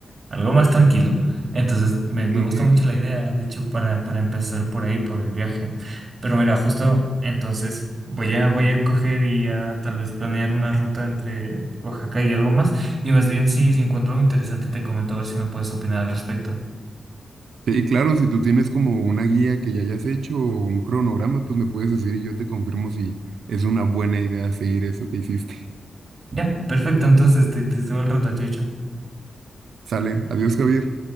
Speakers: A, on the right; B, on the right.
A: Algo más tranquilo. Entonces, me, me
B: Entiendo.
A: gusta mucho la idea, de hecho, para, para empezar por ahí, por el viaje. Pero mira, justo entonces voy a, voy a coger y a tal vez planear una ruta entre Oaxaca y algo más. Y más bien, si, si encuentro algo interesante, te comento a ver si me puedes opinar al respecto.
B: Sí, claro, si tú tienes como una guía que ya hayas hecho o un cronograma, pues me puedes decir y yo te confirmo si es una buena idea seguir eso que hiciste.
A: Ya, perfecto. Entonces, te, te subo el rato, chau, chau.
B: Sale, adiós, Javier.